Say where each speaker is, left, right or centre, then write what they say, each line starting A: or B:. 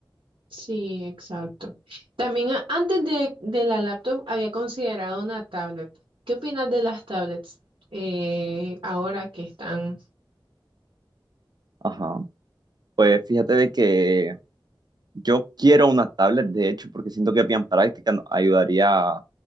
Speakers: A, on the right; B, on the right.
A: Sí, exacto. También a- antes de, de la laptop había considerado una tablet. ¿Qué opinas de las tablets eh, ahora que están?
B: Ajá. Pues fíjate de que yo quiero una tablet, de hecho, porque siento que es bien práctica, nos ayudaría